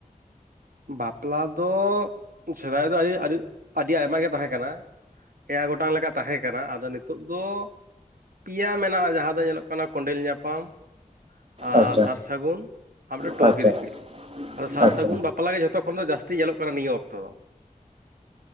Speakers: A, on the right; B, on the right.
A: ᱵᱟᱯᱞᱟ ᱫᱚ ᱥᱮᱫᱟᱭ ᱫᱚ ᱟᱹᱰᱤ ᱟᱹᱰᱤ ᱟᱭᱢᱟ ᱜᱮ ᱛᱟᱦᱮᱸ ᱠᱟᱱᱟ᱾ ᱮᱭᱟᱭ ᱜᱚᱴᱟᱝ ᱞᱮᱠᱟ ᱛᱟᱦᱮᱸ ᱠᱟᱱᱟ ᱟᱫᱚ ᱱᱤᱛᱚᱜ ᱫᱚ ᱯᱮᱭᱟ ᱢᱮᱱᱟᱜᱼᱟ ᱡᱟᱦᱟᱸ ᱫᱚ ᱧᱮᱞᱚᱜ ᱠᱟᱱᱟ ᱠᱚᱸᱰᱮᱞ ᱧᱟᱯᱟᱢ ᱾ ᱟᱨ
B: ᱟᱪᱪᱷᱟ
A: ᱥᱟᱨ ᱥᱟᱹᱜᱩᱱ ᱟᱨ ᱢᱤᱫᱴᱮᱱ ᱴᱩᱝᱠᱤ
B: ᱟᱪᱪᱷᱟ
A: ᱫᱤᱯᱤᱞ ᱟᱫᱚ ᱥᱟᱨ
B: ᱟᱪᱪᱷᱟ
A: ᱥᱟᱹᱜᱩᱱ ᱵᱟᱯᱞᱟ ᱵᱟᱯᱞᱟᱜ ᱜᱮ ᱡᱷᱚᱛᱚ ᱠᱷᱚᱱ ᱫᱚ ᱡᱟᱹᱥᱛᱤ ᱧᱮᱞᱚᱜ ᱠᱟᱱᱟ ᱱᱤᱭᱟᱹ ᱚᱠᱛᱚ ᱫᱚ